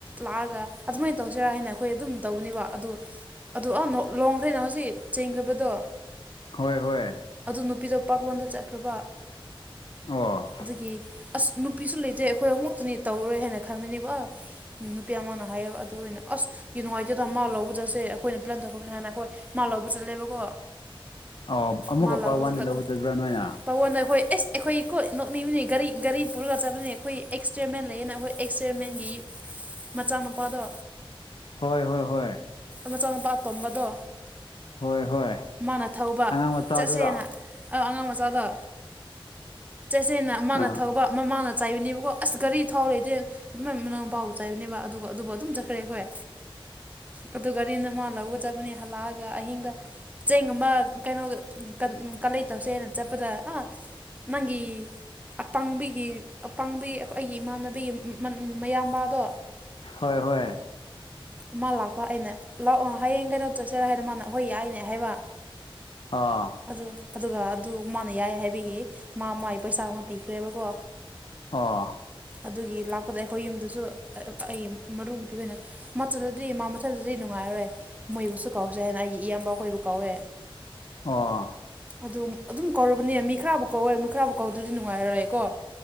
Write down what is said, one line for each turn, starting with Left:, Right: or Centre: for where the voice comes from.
Right: ꯂꯥꯛꯑꯒ ꯑꯗꯨꯃꯥꯏꯅ ꯇꯧꯁꯤꯔꯥ ꯍꯥꯏꯅ ꯑꯩꯈꯣꯏ ꯑꯗꯨꯝ ꯇꯧꯅꯦꯕ ꯑꯗꯨ ꯑꯗꯨ ꯑꯥ ꯅꯣ ꯂꯨꯍꯣꯡꯈ꯭ꯔꯦꯅ ꯍꯧꯖꯤꯛ ꯆꯦꯟꯒꯤꯕꯗꯨ
Left: ꯍꯣꯏ ꯍꯣꯏ
Right: ꯑꯗꯨ ꯅꯨꯄꯤꯗꯣ ꯄꯥꯔꯠ ꯋꯥꯟꯗ ꯆꯠꯈ꯭ꯔꯕ
Left: ꯑꯣ
Right: ꯑꯗꯨꯒꯤ ꯑꯁ ꯅꯨꯄꯤꯁꯨ ꯂꯩꯇꯦ ꯑꯩꯈꯣꯏ ꯑꯍꯨꯝꯈꯛꯇꯅꯤ ꯇꯧꯔꯔꯣꯏ ꯍꯥꯏꯅ ꯈꯟꯕꯅꯦꯕ ꯑ ꯎꯝ ꯅꯨꯄꯤ ꯑꯃꯅ ꯍꯧꯔꯒ ꯑꯗꯨ ꯑꯣꯏꯅ ꯑꯁ ꯌꯥꯝ ꯅꯨꯡꯉꯥꯏꯇꯦꯗ ꯃꯥ ꯂꯧꯕꯗꯁꯦ ꯑꯩꯈꯣꯏꯅ ꯄ꯭ꯂꯥꯟ ꯇꯧꯈ꯭ꯔꯕꯅꯤ ꯍꯥꯏꯅ ꯑꯈꯣꯏ ꯃꯥ ꯂꯧꯕ ꯆꯠꯂꯦꯕꯀꯣ
Left: ꯑꯣ ꯑꯃꯨꯛꯀ
Right: ꯃꯥ
Left: ꯄꯥꯔꯠ
Right: ꯂꯧꯕ
Left: ꯋꯥꯟꯗ
Right: ꯆꯠꯂ ꯈꯣꯏ
Left: ꯆꯠꯄ꯭ꯔꯥ ꯅꯣꯏꯅ
Right: <unintelligible> ꯑꯈꯣꯏ ꯑꯦꯁ ꯑꯩꯈꯣꯏ ꯀꯣ ꯅꯣꯛꯅꯤꯡꯕꯅꯤ ꯒꯥꯔꯤ ꯒꯥꯔꯤ ꯄꯨꯔꯒ ꯆꯠꯄꯅꯤ ꯑꯩꯈꯣꯏ ꯑꯦꯛꯁꯄꯔꯤꯃꯦꯟ ꯂꯩꯌꯦꯅ ꯑꯩꯈꯣꯏ ꯑꯦꯛꯁꯄꯔꯤꯃꯦꯟꯒꯤ ꯃꯆꯥꯅꯨꯄꯥꯗꯣ
Left: ꯍꯣꯏ ꯍꯣꯏ ꯍꯣꯏ
Right: ꯃꯆꯥꯅꯨꯄꯥ ꯇꯣꯝꯕꯗꯣ
Left: ꯍꯣꯏ ꯍꯣꯏ
Right: ꯃꯥꯅ ꯊꯧꯕ
Left: ꯑꯉꯥꯡ ꯃꯆꯥꯗꯨꯔꯥ
Right: ꯆꯠꯁꯦꯅ ꯑ ꯑꯉꯥꯡ ꯃꯆꯥꯒ ꯆꯠꯁꯦꯅ ꯃꯥꯅ
Left: ꯑꯥ
Right: ꯊꯧꯕ ꯃꯃꯥꯡꯗ ꯆꯥꯏꯕꯅꯦꯕꯀꯣ ꯑꯁ ꯒꯥꯔꯤ ꯊꯥꯎꯔꯤꯇꯦ <unintelligible> ꯆꯥꯏꯕꯅꯦꯕ ꯑꯗꯨꯒ ꯑꯗꯨꯕꯨ ꯑꯗꯨꯝ ꯆꯠꯈ꯭ꯔꯦ ꯑꯩꯈꯣꯏ ꯑꯗꯨ ꯒꯥꯔꯤꯅ ꯃꯥ ꯂꯧꯒ ꯆꯠꯄꯅꯤ ꯍꯜꯂꯛꯑꯒ ꯑꯍꯤꯡꯗ ꯆꯦꯡꯒꯨꯝꯕ ꯀꯩꯅꯣ ꯀꯝ ꯀ ꯂꯩꯇꯕꯁꯦ ꯑꯩ ꯆꯠꯄꯗ ꯑꯥ ꯅꯪꯒꯤ ꯑꯄꯪꯕꯤꯒꯤ ꯑꯄꯪꯕꯤ ꯑꯩꯈꯣꯏ ꯑꯩꯒꯤ ꯏꯃꯥꯟꯅꯕꯤꯒꯤ ꯃꯌꯥꯝꯕꯗꯣ
Left: ꯍꯣꯏ ꯍꯣꯏ
Right: ꯃꯥ ꯂꯥꯛꯄ ꯑꯩꯅ ꯂꯥꯛꯑꯣ ꯍꯌꯦꯡ ꯀꯩꯅꯣ ꯆꯠꯁꯤꯔꯣ ꯍꯥꯏꯅ ꯃꯥꯅ ꯍꯣꯏ ꯌꯥꯏꯅꯦ ꯍꯥꯏꯕ
Left: ꯑꯣ ꯑꯣ
Right: ꯑꯗꯨ ꯑꯗꯨꯒ ꯑꯗꯨ ꯃꯥꯅ ꯌꯥꯏ ꯍꯥꯏꯕꯒꯤ ꯃꯥ ꯃꯥꯒꯤ ꯄꯩꯁꯥ ꯑꯃ ꯄꯤꯈ꯭ꯔꯦꯕꯀꯣ
Left: ꯑꯣ
Right: ꯑꯗꯨꯒꯤ ꯂꯥꯛꯄꯗ ꯑꯩꯈꯣꯏ ꯌꯨꯝꯗꯨꯁꯨ ꯑꯩ ꯃꯔꯨꯞ ꯅꯨꯄꯤꯍꯣꯏꯅ ꯃꯥ ꯆꯠꯂꯗꯤ ꯃꯥ ꯃꯥ <unintelligible> ꯅꯨꯡꯉꯥꯏꯔꯔꯣꯏ ꯃꯣꯏꯕꯨꯁꯨ ꯀꯧꯎꯁꯦ ꯍꯥꯏꯅ ꯑꯩꯒꯤ ꯏꯌꯥꯝꯕ ꯈꯣꯏ ꯀꯧꯋꯦ
Left: ꯑꯣ
Right: ꯑꯗꯨꯅꯤ ꯑꯗꯨꯝ ꯀꯧꯔꯕꯅꯦ ꯃꯤ ꯈꯔꯕꯨ ꯀꯧꯋꯦ ꯃꯤ ꯈꯔꯕꯨ ꯀꯧꯗ꯭ꯔꯗꯤ ꯅꯨꯡꯉꯥꯏꯔꯔꯣꯏꯀꯣ